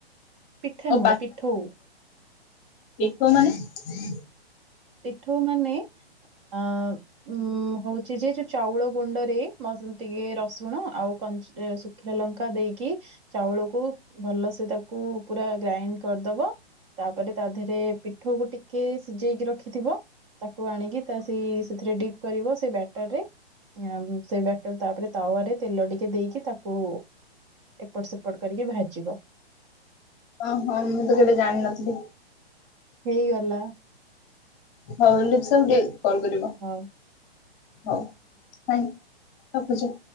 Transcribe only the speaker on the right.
ପିଠା
ନୁହେଁ ପିଠଉ।
ପୀଠଉ ମନେ ଆଁ ଉଁ ହେଉଚି ଯେ ଚାଉଳ ଗୁଣ୍ଡ ରେ ରସୁଣ ଆଉ କନ ଶୁଖିଲା ଲଙ୍କା ଦେଇକି ଚାଉଳକୁ ଭଲ ସେ ତାକୁ ପୁରା ଗ୍ରାଇଣ୍ଡ କରିଦେବ, ତାପରେ ତା ଦେହରେ ପିଠୋକୁ ଟିକେ ଶିଝେଇକି ରଖି ରଖିଥିବ ତାକୁ ଆଣିକି ତା ସେଇ ସେଥିରେ ଡିପ୍ କରିବ ସେଇ ବ୍ୟାଟରରେ, ସେ ବ୍ୟାଟର ତାପରେ ତାୱରେ ତେଲ ଟିକେ ଦେଇକି ତାକୁ ଏପଟ ସେପଟ କରିକି ଭାଜିବ।
ହେଇଗଲା।
ହଉ,